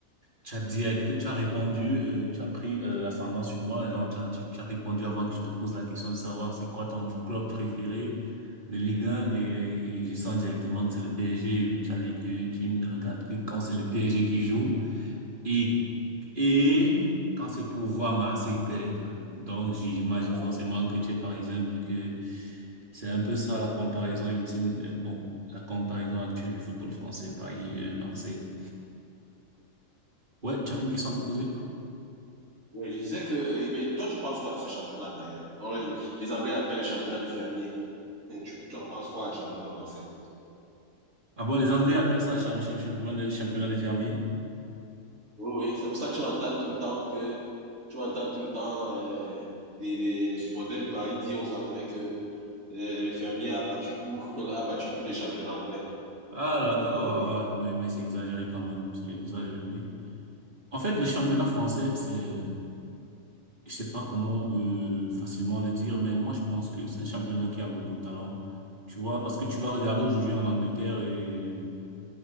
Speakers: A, on the right (about 35°); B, on the right (about 75°).
A: tu as direct, tu as répondu, euh, tu as pris euh, l'ascendant sur moi. Genre, tu as, tu- tu as répondu avant que je te pose la question de savoir c'est quoi ton club préféré de Ligue 1 et, et je sens directement que c'est le PSG. vu que Tu as dit que tu ne regardes que quand c'est le PSG qui joue. Et, et quand c'est pour voir Marseille perdre, donc j'imagine
B: Voilà.
A: forcément que tu es parisien vu que c'est un peu ça la comparaison ultime, euh, bon, la comparaison actuelle du football français, Paris-Marseille. ouais, tu avais une question à me poser?
B: Oui, je disais que, euh, mais toi, tu penses quoi de ce championnat d'ailleurs? On le- Les Anglais appellent le championnat de fermier. Et Tu, tu en penses quoi, le championnat français?
A: Ah bon, les Anglais appellent ça cha- cha- championnat de, championnat des fermiers.
B: Oui, oui, c'est pour ça que tu vas entendre tout le temps que tu vas entendre tout le temps euh, les, les- les supporters du Paris dire aux Anglais que euh, le fermier a battu tout, <laughs> a battu tous les championnats anglais.
A: Ah là,
B: Oui,
A: oh, ouais, ouais, mais c'est exagéré quand même, c'est exagéré. En fait, le championnat français, c'est... euh, je sais pas comment euh, facilement le dire, mais moi je pense que c'est un championnat qui a beaucoup de talent. Tu vois, parce que tu vas regarder aujourd'hui en Angleterre et